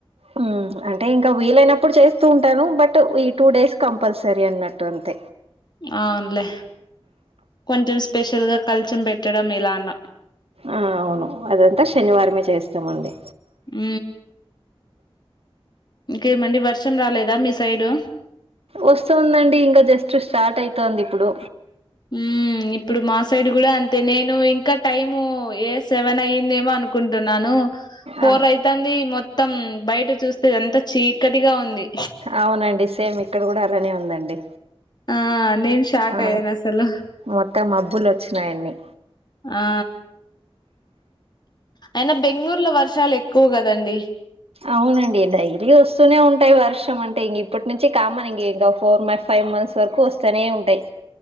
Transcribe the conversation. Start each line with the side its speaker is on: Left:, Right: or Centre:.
Right: హ అంటే ఇంకా వీలైనప్పుడు చేస్తూ ఉంటాను బట్ ఈ టూ డేస్ కంపల్సరీ అన్నట్టు పట్వంత
Left: అవునులే కొంచెం స్పెషల్ గా కల్చం పెట్టడం ఇలాన్న
Right: ఆ అవును అదంతా శనివారమే చేస్తామండి
Left: ఉ ఇంకేమండి వర్షం రాలేదా మీ సైడు
Right: వస్తుందండి ఇంకా జస్ట్ స్టార్ట్ అయితుంది ఇప్పుడు
Left: హు ఇప్పుడు మా సైడ్ కూడా అంతే నేను ఇంకా టైం ఏ సెవెన్ అయిందేమో అనుకుంటున్నాను ఫోర్
Right: ఆ!
Left: రైతాంది మొత్తం బయట చూస్తే అంత చీకటిగా ఉంది
Right: అవునండి సేమ్ ఇక్కడ కూడా అలానే ఉందండి
Left: ఆ నేను షాక్
Right: ఆ
Left: అయ్యాను అసలు
Right: మొత్తం మాబ్బులు వచ్చినాయన్నన్ని
Left: ఆ అయినా బెంగళూరులో వర్షాలు ఎక్కువ పోగదండి
Right: అవునండి డైలీ వస్తూనే ఉంటాయి వర్షం అంటే ఇంక ఇప్పటి నుంచి కామన్ ఇంక ఇంకా ఫోర్ మై ఫైవ్ ఫైవ్ మంత్స్ వరకు వస్తూనే ఉంటాయి